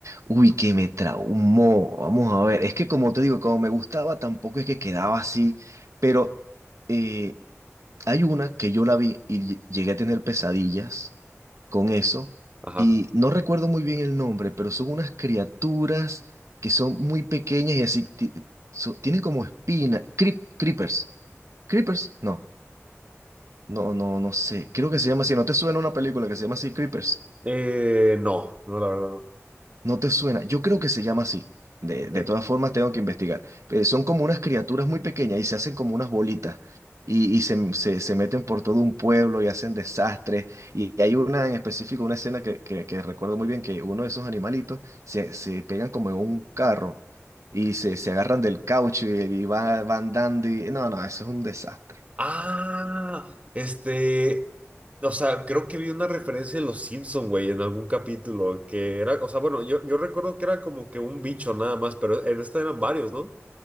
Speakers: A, on the right; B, on the right.
A: uy, que me traumó. Vamos a ver, es que como te digo, como me gustaba, tampoco es que quedaba así, pero eh, hay una que yo la vi y ll- llegué a tener pesadillas con eso,
B: Ajá.
A: y no recuerdo muy bien el nombre, pero son unas criaturas que son muy pequeñas y así, ti- so- tienen como espina, creep- creepers, creepers, no, no, no, no sé, creo que se llama así, ¿no te suena una película que se llama así, creepers?
B: Eh, no, no, la verdad no.
A: No te suena. Yo creo que se llama así. De,
B: Ok.
A: de todas formas, tengo que investigar. Pero son como unas criaturas muy pequeñas y se hacen como unas bolitas. Y, y se, se- se meten por todo un pueblo y hacen desastres. Y hay una en específico, una escena que, que- que recuerdo muy bien, que uno de esos animalitos se, se pegan como en un carro y se, se agarran del caucho y, y va, van andando. Y, no, no, eso es un desastre.
B: Ah, este, o sea, creo que vi una referencia de Los Simpson, güey, en algún capítulo, que era, o sea, bueno, yo, yo recuerdo que era como que un bicho nada más, pero en esta eran varios, ¿no?